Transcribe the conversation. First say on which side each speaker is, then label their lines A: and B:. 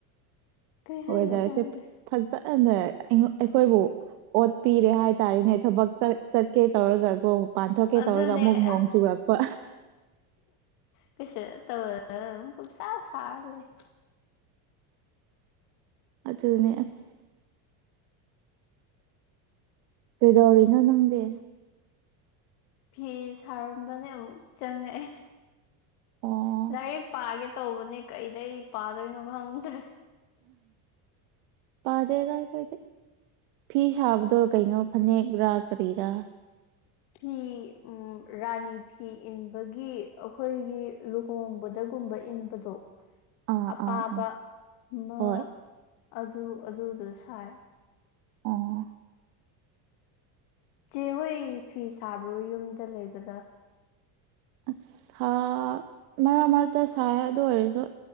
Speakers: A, on the left; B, on the right.
A: ꯀꯩ ꯍꯥꯏꯅꯣ
B: ꯋꯦꯗꯔꯁꯦ
A: ꯈꯪꯗꯦ
B: ꯐꯖꯅ ꯑꯩꯉꯣꯟ ꯑꯩꯈꯣꯏꯕꯨ ꯑꯣꯠꯄꯤꯔꯦ ꯍꯥꯏꯇꯥꯔꯦꯅꯦ ꯊꯕꯛ ꯆꯠꯀꯦ ꯇꯧꯔꯒꯀꯣ ꯄꯥꯟꯊꯣꯛꯀꯦ
A: ꯑꯗꯨꯅꯦ
B: ꯇꯧꯔꯒ ꯑꯃꯨꯛ ꯅꯣꯡ
A: ꯑꯁ
B: ꯆꯨꯔꯛꯄ
A: ꯀꯩꯁꯨ ꯇꯧꯔꯒꯅ ꯑꯗꯨꯝ ꯄꯨꯛꯁꯥ ꯁꯥꯔ ꯂꯩ
B: ꯑꯗꯨꯅꯦ ꯑꯁ ꯀꯩꯗꯧꯔꯤꯅꯣ ꯅꯪꯗꯤ
A: ꯐꯤ ꯁꯥꯔꯝꯕꯅꯦ ꯑꯃꯨꯛ ꯆꯪꯉꯛꯑꯦ
B: ꯑꯣ
A: ꯂꯥꯏꯔꯤꯛ ꯄꯥꯒꯦ ꯇꯧꯕꯅꯦ ꯀꯩꯗꯩ ꯄꯥꯗꯣꯏꯅꯣ ꯈꯪꯗ꯭ꯔꯦ
B: ꯄꯥꯗꯦꯗ ꯑꯩꯈꯣꯢꯗꯤ ꯐꯤ ꯁꯥꯕꯗꯣ ꯀꯩꯅꯣ ꯐꯅꯦꯛꯔꯥ ꯀꯔꯤꯔꯥ
A: ꯐꯤ ꯎꯝ ꯔꯥꯅꯤ ꯐꯤ ꯏꯟꯕꯒꯤ ꯑꯩꯈꯣꯏꯒꯤ ꯂꯨ ꯍꯣꯡꯕꯗꯒꯨꯝꯕ ꯏꯟꯕꯗꯣ
B: ꯑꯥ
A: ꯑꯄꯥꯕ
B: ꯑꯥ ꯑꯥ
A: ꯑꯃ
B: ꯍꯣꯏ
A: ꯑꯗꯨ ꯑꯗꯨꯗꯣ ꯁꯥꯏ
B: ꯑꯣ
A: ꯆꯦꯍꯣꯏ ꯐꯤ ꯁꯥꯕ꯭ꯔꯣ ꯌꯨꯝꯗ ꯂꯩꯕꯗ
B: ꯑꯁ ꯁꯥ ꯃꯔꯛ ꯃꯔꯛꯇ ꯁꯥꯏ ꯑꯗꯨ ꯑꯣꯏꯔꯁꯨ